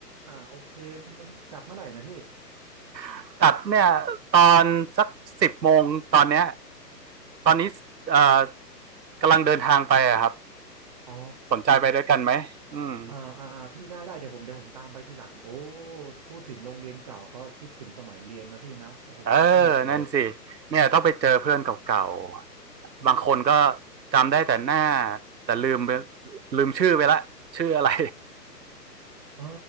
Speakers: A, on the right; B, on the right.
A: โอเคมันจัดเมื่อไหร่นะพี่
B: <laughs> จัดเนี่ยตอนสักสิบโมงตอนเนี้ยตอนนี้เอ่อกำลังเดินทางไปอะครับ
A: อ๋อ
B: สนใจไปด้วยกันไหมอืม
A: อ่าอ่าอ่าพี่ได้ได้เดี๋ยวผมเดี๋ยวผมตามไปทีหลังโอ้พูดถึงโรงเรียนเก่าก็คิดถึงสมัยเรียนนะพี่เนาะโอ้โหโคตรสนุกเลย
B: เออนั่นสิเนี่ยต้องไปเจอเพื่อนเก่าๆบางคนก็จำได้แต่หน้าแต่ลืมไปลืมชื่อไปละชื่ออะไร
A: เออ